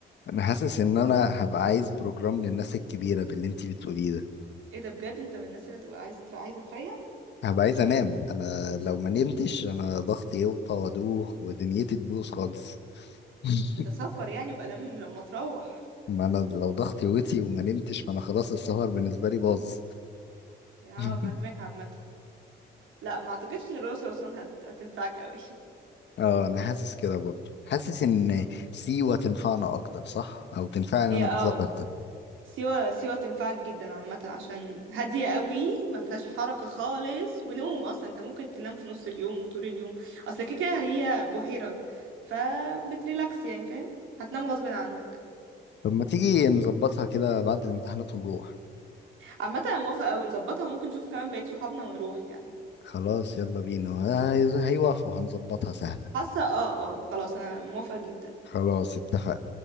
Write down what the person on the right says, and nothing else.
ايه ده بجد انت من الناس اللي تبقى عايز عايزه تريح
بس ده سفر يعني يبقى دام لما تروح
يا
فاهماك عامه لا ما اعتقدش ان الأقصر اصلا هت... هتنفعك قوي
آه.
<laughs> هي
اه
سيوة سيوة تنفعك جدا عامة عشان هادية قوي ما فيهاش حركة خالص ونوم اصلا انت ممكن تنام في نص اليوم وطول اليوم اصل كده كده هي بحيرة فبتريلاكس يعني فاهم هتنام غصب عنك
عامة انا موافقة قوي نظبطها ممكن نشوف كمان بقية صحابنا ونروح يعني
حاسة اه اه خلاص انا موافقة جدا